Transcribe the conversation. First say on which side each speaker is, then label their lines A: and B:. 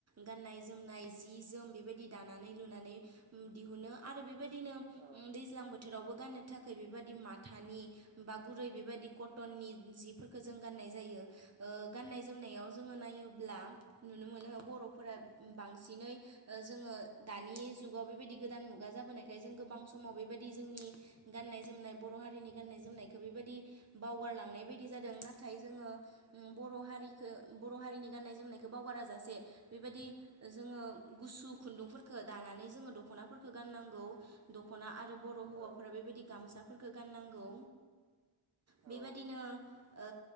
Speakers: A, on the right (about 35°); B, on the right (about 65°).
A: गाननाय जोमनाय जि जोम बेबायदि दानानै लुनानै दिहुनो आरो बे बेबायदिनो
B: औ
A: दैज्लां बोथोरावबो गाननो थाखाय बेबादि माथानि बा गुरै बेबादि कट टननि जिफोरखो जों गाननाय जायो। ओ गान्नाय जोमनायाव जोंङो नायोब्ला नुनो मोनो बरफोरा बांसिनै जोंङो दानि जुगाव बेबायदि गोदान मुगा मुगा जाबोनायखाय जों गोबां समाव बेबादि जोंनि गाननाय जोमनाय बर हारिनि गान्नाय जोमनायखो बेबादि बावगारलांनाय बायदि जादों। नाथाय जोङो बर हारि बर हारिनि गाननाय जोमनायखो बावगारा जासे बेबादि जोंङो गुसु खुन्दुंफोर दानानै जोंङो दखनाफोरखो गाननांगौ। दखना आरो बर' हौवाफोरा
B: औ
A: बेबादि गामसा फोरखो गाननांगौ।
B: औ
A: बेबादिनो ओ